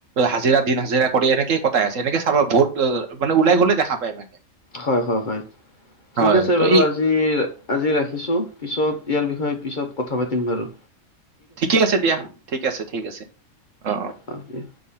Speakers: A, on the right (about 65°); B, on the left (about 40°).
A: হাজিৰা দিন হাজিৰা কৰি এনেকে কটাই আছে। এনেকে চাবা বহুত মানে ওলাই গ'লে দেখা পায় মানে।
B: হয় হয় হয় ঠিক
A: হয়
B: আছে
A: ত'
B: বাৰু
A: এই
B: আজি আজি ৰাখিছো, পিছত ইয়াৰ বিষয়ে পিছত পাতিম বাৰু।
A: ঠিকে আছে দিয়া ঠিকে আছে ঠিক আছে। অ' অ'!
B: <unintelligible>